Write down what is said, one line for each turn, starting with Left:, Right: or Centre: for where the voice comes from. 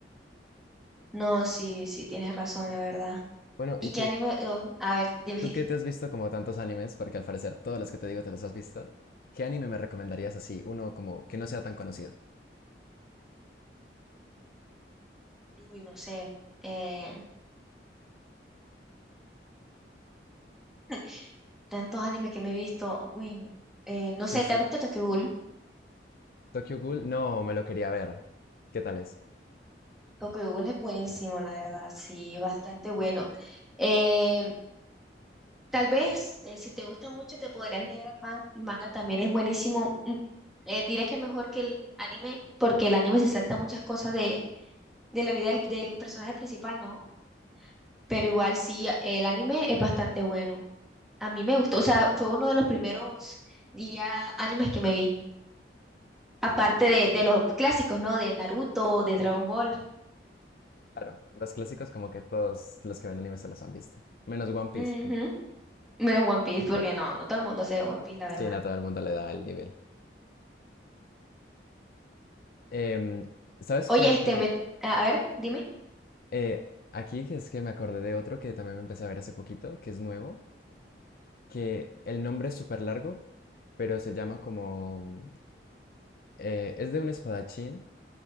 Centre: No, sí, sí, tienes razón, la verdad.
Left: Bueno,
Centre: ¿Y
Left: ¿y
Centre: qué
Left: tú,
Centre: anime? oh, a ver, dime.
Left: tú qué
Centre: <laughs>
Left: te has visto como tantos animes? Porque al parecer todos los que te digo te los has visto. ¿Qué anime me recomendarías así, uno como que no sea tan conocido?
Centre: Uy, no sé. Eh, <laughs> tantos animes que me he visto. Uy, eh, no sé,
Left: Sí, sí.
Centre: ¿te has visto Tokyo Ghoul?
Left: Tokyo Ghoul, no, me lo quería ver. ¿Qué tal es?
Centre: Tokyo Ghoul es buenísimo, la verdad. Sí, bastante bueno. Eh, Tal vez, eh, si te gusta mucho, te podrías leer el manga. El manga también es buenísimo. Mm, eh, diré que mejor que el anime, porque el anime se salta muchas cosas de, de la vida del, del personaje principal, ¿no? Pero igual sí, el anime es bastante bueno. A mí me gustó, o sea, fue uno de los primeros días animes que me vi. Aparte de, de los clásicos, ¿no? De Naruto, de Dragon Ball.
Left: Claro, los clásicos como que todos los que ven anime se los han visto. Menos One Piece.
Centre: Ujú. Menos One Piece, porque no, no todo el mundo sabe One Piece, la
Left: Sí,
Centre: verdad.
Left: no todo el mundo le da el nivel. Em, ¿sabes
Centre: Oye,
Left: cuál
Centre: este,
Left: otro?
Centre: me, a a ver, dime.
Left: Eh, aquí que es que me acordé de otro que también me empecé a ver hace poquito, que es nuevo, que el nombre es súper largo, pero se llama como... eh, es de un espadachín